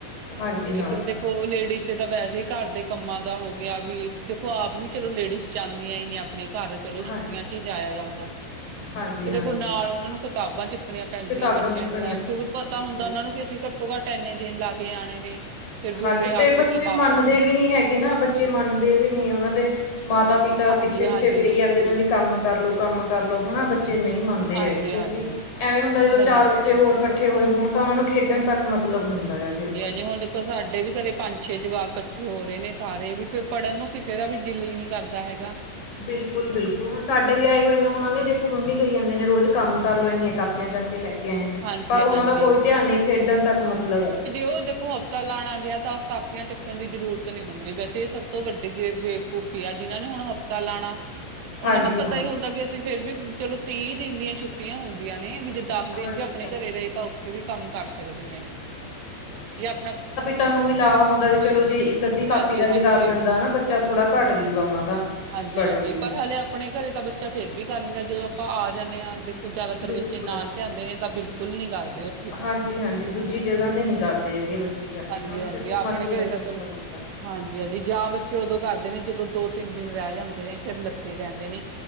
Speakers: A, on the left; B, on the right.
A: ਹਾਂਜੀ ਹਾਂ
B: ਇਥਰ ਦੇਖੋ ਓ ਲੇਡੀਜ਼ ਤਾਂ ਵੈਹੇ ਹੀ ਘਰ ਦੇ ਕੰਮਾਂ ਦਾ ਹੋ ਗਿਆ, ਵੀ ਦੇਖੋ ਆਪ ਵੀ ਚਲੋ ਲੇਡੀਜ਼ ਜਾਂਦੀਆਂ ਈ ਨੇ ਆਪਣੇ ਘਰ ਚਲੋ ਛੁੱਟੀਆਂ
A: ਹਾਂ
B: ਚੀ ਜਾਇਆ ਜਾਂਦਾ।
A: ਹਾਂਜੀ-ਹਾਂਜੀ-ਹਾਂਜੀ
B: ਤੇ ਦੇਖੋ ਨਾਲ ਉਹਨਾਂ ਨੂੰ ਕਿਤਾਬਾਂ ਚੱਕਣੀਆਂ ਪੈਂਦੀਆਂ
A: ਕਿਤਾਬਾਂ
B: ਬੱਚਿਆਂ
A: ਚੱਕਣੀਆਂ
B: ਦੀਆਂ, ਕਿਉਂਕਿ
A: ਪੈਂਦੀਆਂ
B: ਪਤਾ
A: ਜੀ ਬਿਲਕੁਲ
B: ਹੁੰਦਾ ਉਹਨਾਂ ਨੂੰ ਕਿ ਅਸੀਂ ਘੱਟੋ-ਘਟ ਐਂਨੇ ਦਿਨ ਲਾ ਕੇ ਆਣੇ ਨੇ। ਫਿਰ ਵੀ
A: ਹਾਂਜੀ
B: ਉਰੇ ਆ
A: ਤੇ ਬੱਚੇ
B: ਕੇ ਵਾਪਸ
A: ਮੰਨਦੇ ਵੀ ਵੀ ਨੀ ਹੈਗੇ ਨਾ, ਬੱਚੇ ਮੰਨਦੇ ਵੀ ਨੀ ਉਹਨਾਂ ਦੇ ਮਾਤਾ ਪਿਤਾ
B: ਹਾਂਜੀ-ਹਾਂਜੀ,
A: ਪਿੱਛੇ ਪਿੱਛੇ ਫਿਰੀ ਜਾਂਦੇ ਨੇ ਵੀ ਕੰਮ ਕਰਲੋ ਕੰਮ ਕਰਲੋ ਹਨਾ, ਬੱਚੇ ਨਹੀਂ ਮੰਨਦੇ
B: ਹਾਂਜੀ-ਹਾਂਜੀ
A: ਹੈਗੇ ਕਿਉਂਕਿ ਐਵੇਂ ਹੁੰਦਾ ਜਦੋਂ
B: ਨਹੀਂ
A: ਚਾਰ ਬੱਚੇ ਹੋਰ ਕੱਠੇ ਹੋਏ
B: ਹਾਂਜੀ
A: ਹੋਣ ਤਾਂ ਉਹਨਾਂ ਨੂੰ ਖੇਡਣ ਤੱਕ ਮਤਲਬ ਹੁੰਦਾ ਆ ਸਿਰਫ
B: ਹਾਂਜੀ ਹੁਣ ਦੇਖੋ ਸਾਡੇ ਵੀ ਘਰੇ ਪੰਜ ਛੇ ਜਵਾਕ ਕੱਠੇ ਹੋ ਰਹੇ ਨੇ ਸਾਰੇ, ਵੀ ਫੇਰ ਪੜ੍ਹਨ ਨੂੰ ਕਿਸੇ ਦਾ ਵੀ ਦਿਲ ਈ ਨੀ ਕਰਦਾ ਹੈਗਾ।
A: ਬਿਲਕੁਲ-ਬਿਲਕੁਲ, ਹੁਣ ਸਾਡੇ ਵੀ ਆਏ ਹੋਏ ਨੇ ਉਹਨਾਂ ਨੇ ਦੇਖੋ ਮੰਮੀ ਕਈ ਜਾਂਦੇ ਨੇ ਰੋਜ਼ ਕੰਮ ਕਰ ਲਓ ਏਨੀਆਂ ਕਾਪੀਆਂ ਚੈਕ ਲੈ ਕੇ ਆਏ ਆਂ,
B: ਹਾਂਜੀ
A: ਪਰ
B: ਹਾਂਜੀ
A: ਉਹਨਾਂ ਦਾ ਕੋਈ ਧਿਆਨ ਨਹੀਂ ਖੇਡਣ ਤੱਕ ਮਤਲਬ ਐ।
B: ਓ ਦੇਖੋ ਤਾਂ ਲਾਣਾ ਗਿਆ ਤਾਂ ਕਾਪੀਆਂ ਚੱਕਣ ਦੀ ਜ਼ਰੂਰਤ ਨਹੀਂ ਹੁੰਦੀ, ਵੈਸੇ ਇਹ ਸਭ ਤੋਂ ਵੱਡੀ ਬੇਵ ਬੇਵਕੂਫੀ ਆ ਜਿਨਾਂ ਨੇ ਹੁਣ ਹ ਤਾਂ ਲਾਣਾ ਉਹਨਾਂ
A: ਹਾਂਜੀ
B: ਨੂੰ ਪਤਾ
A: ਹਾਂ
B: ਹੀ ਹੁੰਦਾ ਕਿ ਅਸੀਂ ਫੇਰ ਵੀ ਚਲੋ, ਤੀਹ ਦਿਨ ਦੀਆਂ ਛੁੱਟੀਆਂ ਹੁੰਦੀਆਂ ਨੇ ਵੀ ਜੇ ਦੱਹ ਦਿਨ
A: ਹਾਂਜੀ
B: ਵੀ ਆ ਆਪਣੇ
A: ਹਾਂਜੀ
B: ਘਰੇ ਰਹੇ ਤਾਂ ਉੱਥੇ ਵੀ ਕੰਮ ਕਰ ਸਕਦੇ ਨੇ, ਜੇ ਆਪਣਾ
A: ਓਨਾਂ ਨੂ ਵੀ ਲਾ ਹੁੰਦਾ ਵੀ ਚਲੋ ਜੇ ਇੱਕ ਅੱਧੀ
B: ਹਾਂਜੀ
A: ਕਾਪੀ ਦਾ
B: ਹਾਂਜੀ
A: ਵੀ ਕਰ ਲੈਂਦਾ ਨਾ ਬੱਚਾ, ਥੋੜਾ ਘੱਟ ਜੂਗਾ ਉਹਨਾ ਦਾ
B: ਹਾਂਜੀ-ਹਾਂਜੀ
A: ਬੜਨ ਵੀ
B: ਪਰ ਹਾਲੇ ਆਪਣੇ ਘਰੇ ਤਾਂ ਬੱਚਾ ਫੇਰ ਵੀ ਕਰ ਲੈਂਦਾ ਜਦੋਂ ਆਪਾਂ ਆ ਜਾਂਨੇ ਆ ਦੇਖੋ ਜਿਆਦਾਤਰ
A: ਬਿਲਕੁਲ
B: ਬੱਚੇ ਨਾਨ ਲਿਆਂਦੇ ਨੇ ਤਾਂ ਬਿਲਕੁਲ ਨੀ ਕਰਦੇ ਉੱਥੇ ਤਾਂ
A: ਹਾਂਜੀ-ਹਾਂਜੀ, ਦੂਜੀ ਜਗਾ ਤੇ ਨਹੀਂ ਕਰਦੇ ਹੈਗੇ ਬੱਚੇ ਜਾ ਕੇ,
B: ਹਾਂਜੀ-ਹਾਂਜੀ
A: ਉਹਨਾਂ ਨੂੰ ਸਿਰਫ਼
B: ਆਪਣੇ
A: ਮਸਤੀ
B: ਘਰੇ
A: ਤੱਕ
B: ਤਾਂ
A: ਮਤਲਬ
B: ਚਲੋ
A: ਹੁੰਦਾ।
B: ਹਾਂਜੀ-ਹਾਂਜੀ, ਜਾ ਬੱਚੇ ਉਦੋਂ ਕਰਦੇ ਨੇ ਜਦੋਂ ਦੋ-ਤਿੰਨ ਦਿਨ ਰਹਿ ਜਾਂਦੇ ਨੇ ਫੇਰ ਲੱਦੇ ਰਹਿੰਦੇ ਨੇ।